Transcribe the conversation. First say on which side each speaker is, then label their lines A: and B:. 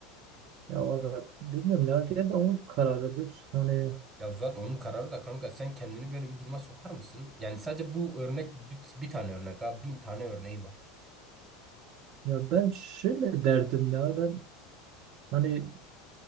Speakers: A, on the right (about 55°); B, on the right (about 20°).
A: Ya valla bilmiyorum ya gene de onun kararıdır. Hani
B: Ya zaten onun kararı da kanka sen kendini böyle bir duruma sokar mısın? Yani sadece bu örnek bir, bir tane örnek ha bin tane örneği var.
A: ya ben şöyle derdim ya ben Hani